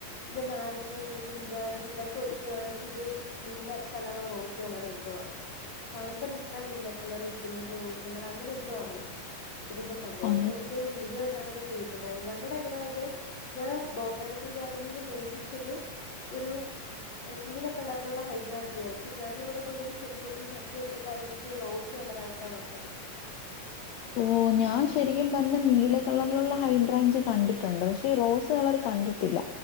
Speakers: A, on the left; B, on the left.
A: ഇത് നാരങ്ങ നീര് വിനാഗിരി ഇതൊക്കെ ഒഴിക്കുവാണെങ്കി ഇത് നീല കളറോ റോസ് കളറോ എന്തോ ആണ്. ചാമ്പലിട്ട നീലക്കളര് ഇട്ടില്ലെങ്കി റോസ് കളറ് അങ്ങനെന്തോ ആണ്. ഇതിന്റെ സംഭവല്ലേ
B: ഓ
A: ഒരിക്കലൊരു വീഡിയോ അങ്ങനെ ചെയ്തിട്ടോണ്ടാരുന്നു ഞങ്ങടെ ഇവിടെ ഇത് ഞാൻ ബോട്ടാണിക്കൽ ഗാർഡനിന്ന്‌ മേടിച്ചത് ഒരു ഏ നീല കളർ ഇവിടൊള്ള ഹൈദ്രഞ്ചിയാണ് പക്ഷെ ഞാനിവടെ കൊണ്ടന്ന്‌ ചെടിച്ചട്ടിനെടുത്ത് വെച്ചപ്പോ അത് എനിക്ക് റോസ് കളറായിട്ടാ വന്നത്.
B: ഓ ഞാൻ ശരിക്കും പറഞ്ഞ നീല കളറിലുള്ള ഹൈഡ്രഞ്ചി കണ്ടിട്ടൊണ്ട് പഷെ ഈ റോസ് കളറ് ക കണ്ടിട്ടില്ല